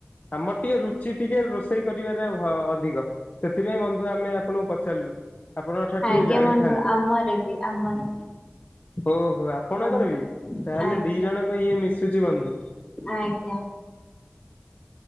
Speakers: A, on the left; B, on the left.
A: ଆମର ଟିକେ ରୁଚି ଟିକେ ରୋଷେଇ କରିବାରେ ଅଧିକ। ସେଥିପାଇଁ ବନ୍ଧୁ ଆମେ ଆପଣଙ୍କୁ ପଚାରିଲୁ। ଆପଣଙ୍କ ଠାରୁ
B: ଆଜ୍ଞା
A: ଟିକେ ଜାଣିଥାନ୍ତୁ।
B: ବନ୍ଧୁ ଆମର ବି ଆମର
A: ଓହୋଃ ଆପଣଙ୍କର
B: ବନ୍ଧୁ
A: ବି, ତାହେଲେ
B: ଆଜ୍ଞା
A: ଦି ଜଣଙ୍କ ଇଏ ମିଶୁଛି ବନ୍ଧୁ।
B: ଆଜ୍ଞା।